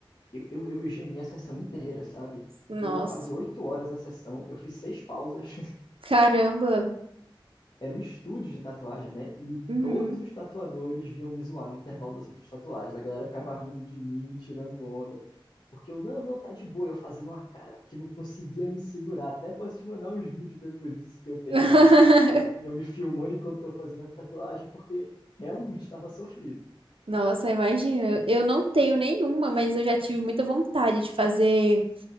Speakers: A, on the left; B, on the right.
A: eu, eu, eu gemi a sessão inteira, sabe?
B: Nossa.
A: Durou quase oito horas a sessão, eu fiz seis pausas. <laughs>
B: Caramba.
A: era um estúdio de tatuagem, né? E
B: Uhum.
A: todos os tatuadores vinham me zoar no intervalo das outras tatuagens. A galera ficava rindo de mim, tirando onda. Porque eu, não, não, tá de boa. Eu fazendo uma cara que não conseguia me segurar. Até posso te mandar uns vídeos depois disso que eu tenho
B: <laughs>
A: da, da- eu me filmando enquanto tô fazendo a tatuagem, porque realmente estava sofrido.
B: Nossa, imagina. Eu não tenho nenhuma, mas eu já tive muita vontade de fazer